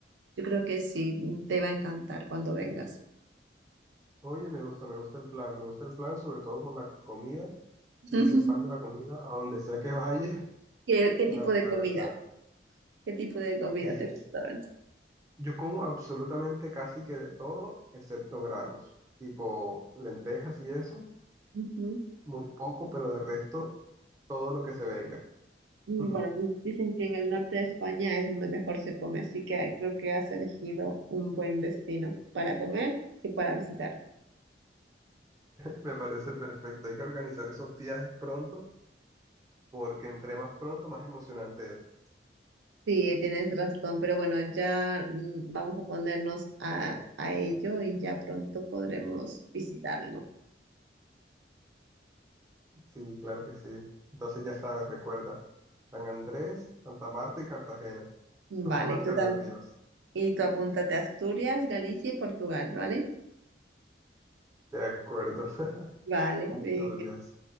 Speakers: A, on the right; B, on the right.
A: yo creo que sí, te va a encantar cuando vengas.
B: Oye, me gusta, me gusta el plan. Me gusta el plan sobre todo por la comida.
A: <laughs>
B: Yo soy fan de la comida. A donde sea que vaya,
A: ¿Qué,
B: <laughs>
A: qué
B: la
A: tipo de
B: la
A: comida?
B: verdad.
A: ¿Qué tipo de comida
B: Eh,
A: te gusta más?
B: Yo como absolutamente casi que de todo, excepto granos, tipo lentejas y eso,
A: Ujú.
B: muy poco, pero de resto todo lo que se venga.
A: Mm,
B: <laughs>
A: Bueno, pues dicen que en el norte de España es donde mejor se come, así que creo que has elegido un buen destino para comer y para visitar.
B: Me parece perfecto. Hay que organizar esos viajes pronto, porque entre más pronto, más emocionante es.
A: Sí, tienes razón, pero bueno, ya mm, vamos a ponernos a, a ello y ya pronto podremos visitarlo.
B: Sí, claro que sí. Entonces ya sabes, recuerda, San Andrés, Santa Marta y Cartagena son
A: Vale,
B: tus alternativas.
A: tú tam- Y tú apúntate a Asturias, Galicia y Portugal, ¿vale?
B: De acuerdo, <laughs>
A: Vale,
B: Asturias.
A: venga.